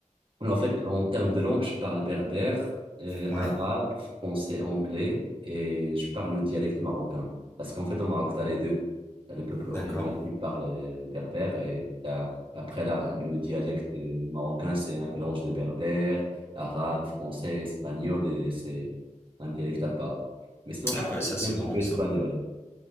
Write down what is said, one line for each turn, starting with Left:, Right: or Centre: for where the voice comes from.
Right: Mais en fait, en termes de langue, je parle berbère, euh,
Left: Ouais,
Right: arabe, français, anglais et je parle le dialecte marocain. Parce qu'en fait, au Maroc, t'as les deux. T'as le peuple original
Left: d'accord.
Right: qui parle euh, berbère et t'as, après, la- le dialecte euh, marocain, c'est un mélange de berbère, arabe, français, espagnol et c'est un dialecte à part. Mais sinon, je
Left: Ah
Right: parle
Left: ouais,
Right: aussi
Left: ça c'est
Right: un petit
Left: marrant
Right: peu espagnol.
Left: ça.